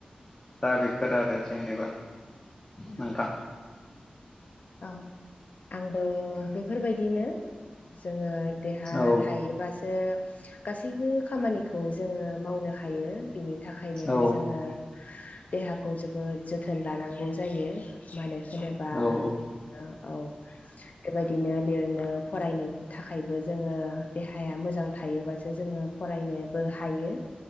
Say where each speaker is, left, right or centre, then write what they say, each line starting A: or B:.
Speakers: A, on the left (about 30°); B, on the left (about 60°).
A: दा बेफोर आरो जेनेबा
B: औ
A: नोंथां
B: औ आंबो बेफोरबायदिनो जोंङो देहा
A: औ
B: थायोबासो गासैबो खामानिखौ जोंङो मावनो हायो बेनि थाखायनो
A: औ
B: जोंङो देहाखौ जोबोद जोथोन लानांगौ। जायो मानो होनो
A: औ औ
B: ओ औ बेबायदिनो लिरनो फरायनो थाखायबो जोङो देहाया मोजां थायोबासो जोङो फरायनोबो हायो।